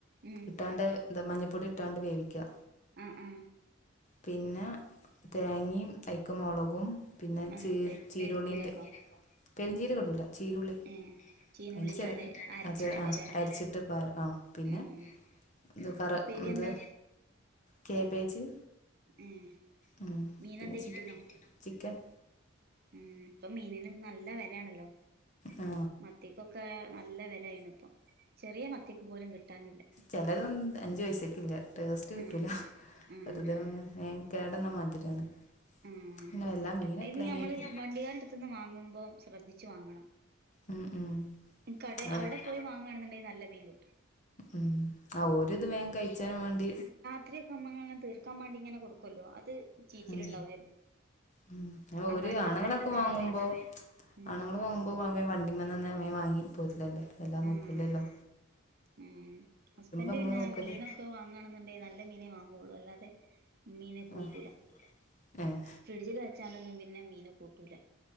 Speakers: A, on the right; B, on the left.
A: ഉം
B: ഇട്ടാണ്ട് എന്താ മഞ്ഞൾപ്പൊടി ഇട്ടാണ്ട് വേവിക്കുക
A: ഉം ഉം
B: പിന്നെ തേങ്ങയുംഅയ്യക്മുളകും പിന്നെ
A: ആഹ്
B: ചീ
A: പെ
B: ചീരുള്ളി
A: പെരിഞ്ചീരകോ
B: ഉണ്ട് പെരിഞ്ചീരകം ഇടൂല ചീരുള്ളി
A: ഏഹ് ചീനുള്ളിട്ടാണ്ട്
B: അയിന്റെ ചെറിയ
A: അരച്ചിട്ടിടല്ലേ
B: ആഹ് ആഹ് അരിച്ചിട്ട് പ ആഹ് പിന്നെ
A: ഉം
B: ഇത് കർ
A: ഉപ്പേരി
B: എന്ത്
A: എന്താ
B: കേബേജ്
A: ഏഹ്
B: ഉം
A: മീനെന്തേ
B: പിന്നെ ചി
A: കിട്ടീനോ
B: ചിക്കൻ
A: ഉം ഇപ്പൊ മീനിന് നല്ല വിലയാണല്ലോ
B: ആ
A: മത്തിക്കൊക്കെ നല്ല വിലയാണിപ്പം ചെറിയ മത്തി പോലും കിട്ടാനില്ല
B: ചിലതും അഞ്ചു പൈസയ്ക്ക് ഇല്ല ടേസ്റ്റ് കിട്ടൂല
A: ആഹ് ആഹ്
B: വെറുതെ കേതല് മാതിരിയാണ്
A: ഉം
B: പിന്നെ വല്ലാ മീൻ എപ്പളേങ്കി
A: ഇത് ഞമ്മള് വണ്ടികാരടുത്തു നിന്ന് വാങ്ങുമ്പോം ശ്രദ്ധിച്ചു വാങ്ങണം
B: ഉം ഉം
A: കട
B: അഹ്
A: അവിടെ പോയി വാങ്ങയാണെന്നുണ്ടെങ്കിൽ നല്ല മീൻ കിട്ടും
B: ഉം ആഹ് ഒരു ഇത് വേഗം കഴിച്ചാനും വേണ്ടി
A: <unintelligible> കൊടുക്കുമല്ലോ അത് ചീച്ചിലുണ്ടാവും
B: ഉം ഉം ഓര്
A: അങ്ങാടിയിലൊക്കെ
B: ആണുങ്ങളൊക്കെ
A: ചെലപ്പോ
B: വാങ്ങുമ്പോ
A: ഇണ്ടാവേണ്ട് ഉം
B: ആണുങ്ങൾ വാങ്ങുമ്പ ഇപ്പോ വണ്ടിമേതന്നെ മീൻവാങ്ങി പോയിട്ടില്ലല്ലേ എല്ലാം
A: ആഹ്
B: നോക്കൂല്ലല്ലോ
A: ഉം ഹസ്ബൻഡ്
B: നമ്മള്
A: പിന്നെ
B: നോക്കന്നെ
A: മീനൊക്കെ ഇക്ക വാങ്ങണെന്നുണ്ടെില് നല്ല മീനെ വാങ്ങുള്ളൂ അല്ലാതെ മീനെ കൂട്ടൂല
B: ആഹ് ഏഹ്
A: ഫ്രിഡ്ജിൽ വെച്ചാലൊന്നും പിന്നെ മീന് കൂട്ടൂല